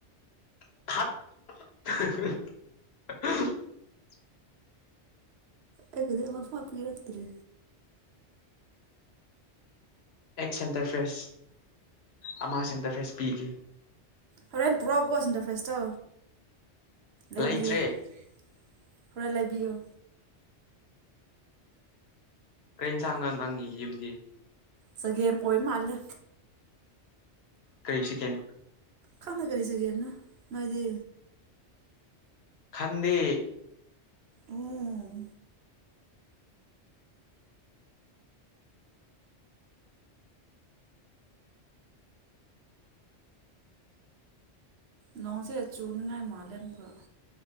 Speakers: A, on the left; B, on the right.
A: ꯊꯠ
B: ꯑꯩꯒꯤꯗꯤ ꯑꯃ ꯐꯥꯎ ꯄꯤꯔꯛꯇ꯭ꯔꯤ
A: ꯑꯦꯛ ꯁꯦꯟꯇꯔꯐ꯭ꯔꯦꯁ ꯑꯃ ꯁꯦꯟꯇꯔꯐ꯭ꯔꯦꯁ ꯄꯤꯒꯦ
B: ꯍꯣꯔꯦꯟ ꯄꯨꯔꯛꯑꯣꯀꯣ ꯁꯤꯟꯇꯔ ꯐ꯭ꯔꯦꯁꯇꯣ ꯂꯩꯕꯤꯌꯣ
A: ꯂꯩꯇ꯭ꯔꯦ
B: ꯍꯣꯔꯦꯟ ꯂꯩꯕꯤꯌꯣ
A: ꯀꯩ ꯑꯟꯖꯥꯡꯅꯣ ꯅꯪꯒꯤ ꯌꯨꯝꯗꯤ
B: ꯆꯒꯦꯝ ꯑꯣꯏ ꯃꯥꯜꯂꯦ
A: ꯀꯩ ꯁꯦꯀꯦꯟ
B: ꯈꯪꯗꯦ ꯀꯔꯤ ꯆꯒꯦꯝꯅꯣ ꯅꯣꯏꯗꯤ
A: ꯈꯪꯗꯦ
B: ꯎꯝ ꯅꯣꯡꯁꯦ ꯆꯨꯅꯤꯡꯉꯥꯏ ꯃꯥꯜꯂꯦ ꯑꯃꯨꯛꯀꯥ